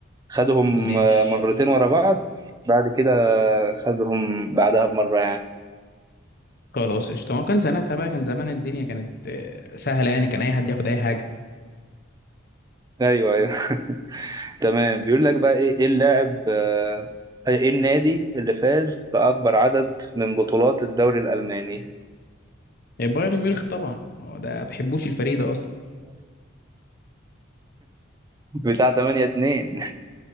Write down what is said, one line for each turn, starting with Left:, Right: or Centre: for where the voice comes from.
Right: خدهم
Left: ماشي
Right: آه، مرتين ورا بعض بعد كده خدهم بعدها بمرة يعني
Left: خلاص قشطة ما كان سنتها بقى كان زمان الدنيا كانت آه، سهلة يعني كان أي حد ياخد أي حاجة
Right: ايوه ايوه <laughs> تمام بيقول لك بقى ايه إيه اللاعب آه، ايه النادي اللي فاز بأكبر عدد من بطولات الدوري الألماني
Left: آه، بايرن ميونخ طبعا هو ده ما بحبوش الفريق ده أصلا
Right: بتاع 8 2